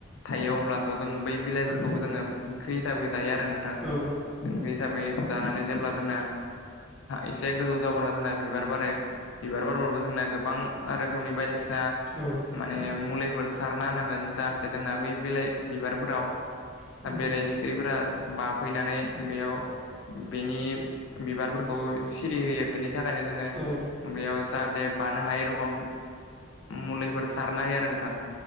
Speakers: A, on the left; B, in the centre.
A: थायो अब्लाथ' जों बै बिलाइ फोर बेखौबो जोङो ओंख्रि हिसाबै जायो आरो नोंथां
B: औ
A: ओंख्रि हिसाबै जानानै जेब्ला जोंना एसे गोजौ जाबावना जोंना बिबार बारो बिबार बारबाबो जोंना गोबां रोखोमनि बायदिसिना
B: औ नोंथां
A: माने मुलिफोर सारना होनांगोन जाहाथे जोंना बै बिलाइ बिबारफोराव
B: औ
A: बेरे
B: औ
A: सिखिरिफोरा बाफैनानै बेयाव बेनि बिबारफोरखौ सिरि होयो बेनि थाखायनो जोङो
B: औ
A: बेयाव जाहाथे बानो हायो रखम मुलिफोर सारनो हायो आरो नोंथां